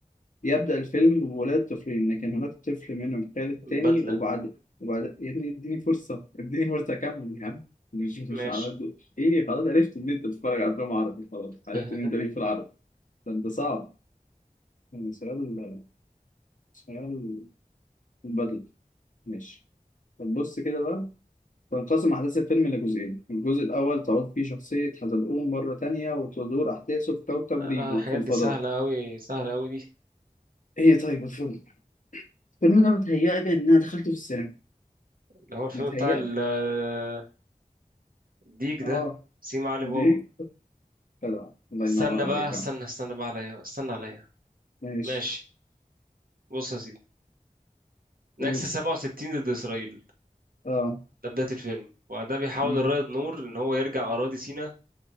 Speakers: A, on the left (about 60°); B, on the right (about 75°).
A: يبدأ الفيلم بولاد طفلين لكن هناك طفل منهم خال التاني
B: البدلة
A: وبعد وبعد يا ابني اديني فرصة اديني فرصة أكمل يا عم مش مش
B: ماشي
A: على قد إيه خلاص عرفت إن أنت بتتفرج على أفلام عربي خلاص عرفت
B: <laughs>
A: إن أنت ليك في العربي ده أنت صعب يعني سؤال سؤال بدل ماشي طب بص كده بقى تنقسم أحداث الفيلم لجزئين الجزء الأول تعود فيه شخصية حزلقوم مرة تانية وتدور أحداثه في كوكب
B: انا
A: ريبو
B: الحاجات
A: في الفضاء
B: دي سهلة أوي سهلة أوي دي
A: إيه طيب الفيلم الفيلم ده متهيألي إن أنا دخلته في السينما
B: اللي هو الفيلم
A: متهيألي
B: بتاع ال- <laughs> الديك ده
A: اه
B: سيما علي
A: دي
B: بابا
A: جدع الله
B: استنى
A: ينور عليك
B: بقى استنى
A: يا عم
B: استنى بقى عليا استنى عليا
A: ماشي
B: ماشي بص يا سيدي نكسة
A: قول
B: 67 ضد إسرائيل
A: اه
B: ده بداية الفيلم وده بيحاول
A: مم.
B: الرائد نور إن هو يرجع أراضي سيناء